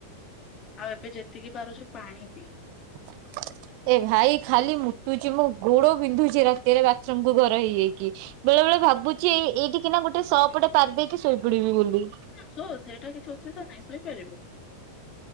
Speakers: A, on the left; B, on the right.
A: ଆଉ ଏବେ ଯେତିକି ପାରୁଚୁ ପାଣି ପି।
B: <inaudible> <inaudible> ଏ ଭାଇ ଖାଲି ମୁଟୁଚି ମୋ ଗୋଡ ବିନ୍ଧୁଚି ରାତିରେ ବାଥରୁମକୁୁ ଘର ହେଇ ହେଇକି। ବେଳେ ବେଳେ ଭାବୁଛି ଏଇଠିକି ନା ଗୋଟେ ଶପଟେ ପାରି ଦେଇକି ଶୋଇପଡିବି ବୋଲି।
A: ସୋ ସେଇଟା କିଛି ଅସୁବିଧା ନାହିଁ ଶୋଇପାରିବୁ।